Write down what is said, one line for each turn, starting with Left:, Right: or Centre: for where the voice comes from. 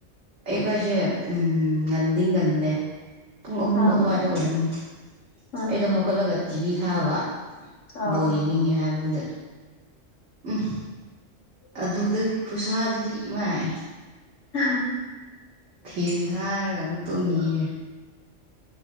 Right: ꯌꯨꯒꯁꯦ ꯎꯝ ꯉꯟꯗꯤ ꯉꯟꯂꯦ ꯄꯨꯡ ꯑꯍꯨꯝ
Left: ꯑꯥ
Right: ꯑꯗꯨꯋꯥꯏꯗ ꯑꯣꯏꯔꯕꯅꯦ
Left: ꯑꯥ
Right: ꯑꯩꯗꯣ ꯍꯧꯒꯠꯂꯒ ꯇꯤꯚꯤ ꯊꯥꯕ
Left: ꯑꯣ
Right: ꯕꯣꯜ ꯌꯦꯡꯅꯤꯡꯉꯦ ꯍꯥꯏꯕꯗꯨꯗ ꯎꯝ ꯑꯗꯨꯗꯒꯤ ꯈꯨꯁꯥꯗꯨꯗꯤ ꯏꯃꯥꯏ
Left: ꯎ
Right: ꯊꯦꯡ ꯊꯥꯔꯒ ꯑꯃꯨꯛ ꯇꯣ ꯃꯤꯔꯦ